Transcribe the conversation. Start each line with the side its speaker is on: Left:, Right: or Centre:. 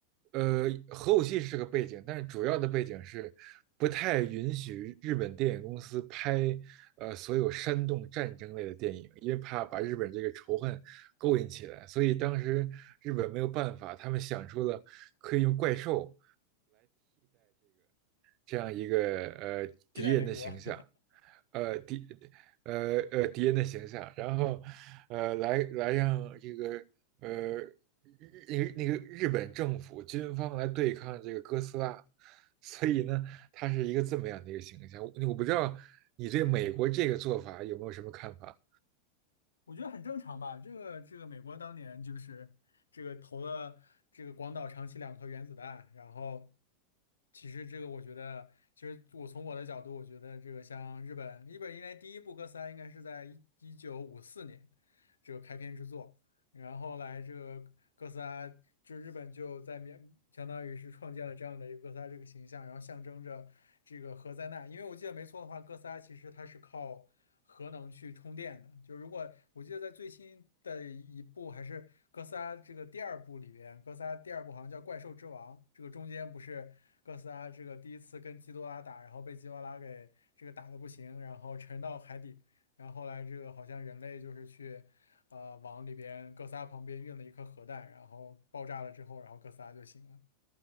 Right: 呃，核武器是个背景，但是主要的背景是不太允许日本电影公司拍呃所有煽动战争类的电影，因为怕把日本这个仇恨勾引起来，所以当时日本没有办法，他们想出了可以用怪兽这样一个呃敌人的形象，
Left: 替代美国。<laughs>
Right: 呃敌呃呃敌人的形象，然后呃来来让这个呃那个那个日本政府军方来对抗这个哥斯拉，所以呢，它是一个这么样的一个形象。我我不知道你对美国这个做法有没有什么看法？
Left: 我觉得很正常吧。这个这个，美国当年就是这个投了这个广岛、长崎两颗原子弹，然后其实这个我觉得，其实我从我的角度，我觉得这个像日本，日本应该第一部哥斯拉应该是在一一九五四年这个开篇之作然后来这个哥斯拉，就日本就在描，相当于是创建了这样的一个哥斯拉这个形象，然后象征着这个核灾难。因为我记得没错的话，哥斯拉其实它是靠核能去充电的。就如果我记得在最新的一部还是哥斯拉这个第二部里边，哥斯拉第二部好像叫《怪兽之王》，这个中间不是哥斯拉这个第一次跟基多拉打，然后被基多拉给这个打的不行，然后沉到海底。然后后来这个好像人类就是去。呃，往里边哥斯拉旁边运了一颗核弹，然后爆炸了之后，然后哥斯拉就醒了。